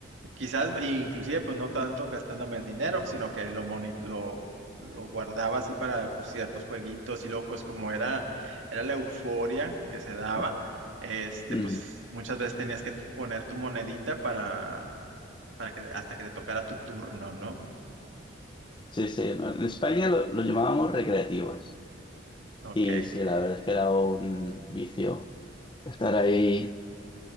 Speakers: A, on the right; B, on the left.
A: Quizás, e inclusive, pues no tanto gastándome el dinero, sino que lo, moni- lo, lo guardaba así para ciertos jueguitos y luego, pues como era, era la euforia que se daba,
B: mm.
A: este,
B: mm.
A: pues muchas veces tenías que poner tu monedita para, para que hasta que te tocara tu turno, ¿no?
B: Sí, sí, no, en España lo, lo llamábamos recreativas.
A: Ok.
B: Y sí, la verdad es que era un vicio estar ahí,